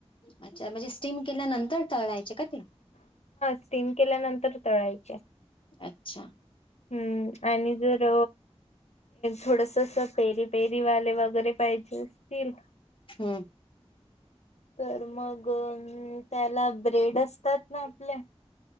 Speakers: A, on the left; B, on the left.
A: अच्छा म्हणजे स्टीम केल्यानंतर तळायचे का ते?
B: स्टीम केल्यानंतर तळायचे.
A: अच्छा.
B: हम्म. आणि जर थोडस अस पेरी पेरी वाले वगैरे पाहिजे असतील
A: हम्म
B: तर मगं त्याला ब्रेड असतात ना आपले